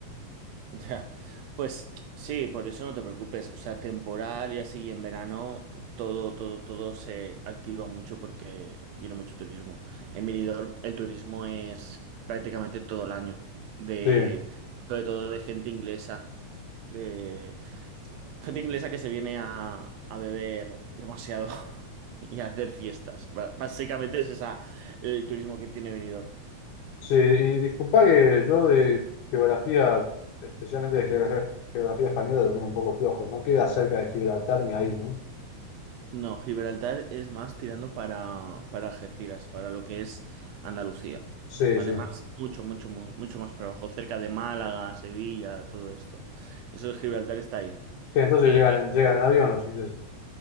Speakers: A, on the right; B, on the left.
A: <laughs> Ya, pues sí, por eso no te preocupes. O sea, temporal y así en verano todo, todo, todo se activa mucho porque viene mucho turismo. En Benidorm el turismo es prácticamente todo el año, de,
B: Sí.
A: sobre todo de gente inglesa, de gente inglesa que se viene a, a beber demasiado <laughs> y a hacer fiestas. Ba- Básicamente es esa el turismo que tiene Benidorm.
B: Sí, y disculpa que yo de geografía, especialmente de geografía, geografía española, lo tengo un poco flojo. No queda cerca de Gibraltar ni ahí, ¿no?
A: No, Gibraltar es más tirando para, para Algeciras, para lo que es Andalucía,
B: Sí,
A: ¿vale?
B: sí.
A: Más, mucho, mucho, mu- mucho más para abajo, cerca de Málaga, Sevilla, todo esto. Eso de Gibraltar está ahí.
B: Sí, entonces
A: Eh,
B: llegan, en- llegan en avión los ingleses.